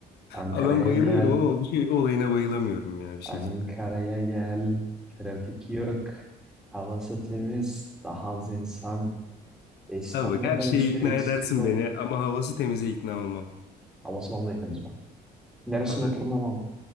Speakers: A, in the centre; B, on the left (about 75°).
A: Ankara'ya
B: Abi ben bayılıyorum
A: gel.
B: ama bu şey olayına bayılamıyorum ya bir
A: Ankara'ya
B: şekilde.
A: gel. Trafik yok. Havası temiz. Daha az insan. Ve İstanbul'dan
B: Abi bak her şeye
A: hiçbir
B: ikna
A: eksiği
B: edersin
A: yok.
B: beni ama havası temize ikna olmam.
A: Havası vallahi temiz be. Neresinde
B: Abi
A: oturduğuna bağlı.